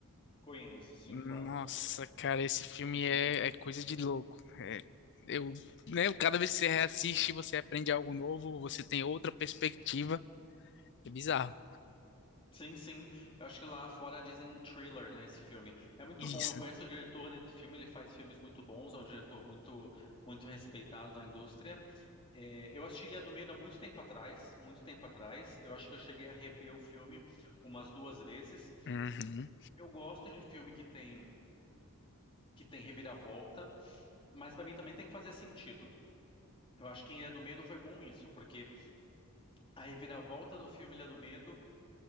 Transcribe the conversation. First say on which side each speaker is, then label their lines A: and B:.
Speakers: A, on the left (about 25°); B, on the left (about 55°).
A: Conheço, sim,
B: Nossa,
A: claro.
B: cara, esse filme
A: <laughs>
B: é,
A: Uhum.
B: é coisa de louco. É, eu, né, cada vez que você reassiste, você aprende algo novo, você tem outra perspectiva. É bizarro.
A: Sim, sim. Eu acho que lá fora dizem um thriller, né, esse filme. É muito
B: Isso.
A: bom. Eu conheço o diretor desse filme, ele faz filmes muito bons, é um diretor muito muito respeitado na indústria. É, eu assisti Ilha do Medo há muito tempo atrás, muito tempo atrás. Eu acho que eu cheguei a rever o filme umas duas vezes.
B: Uhum.
A: Eu gosto de filme que tem que tem reviravolta, mas para mim também tem que fazer sentido. Eu acho que em Ilha do Medo foi bom isso, porque a reviravolta do filme Ilha do Medo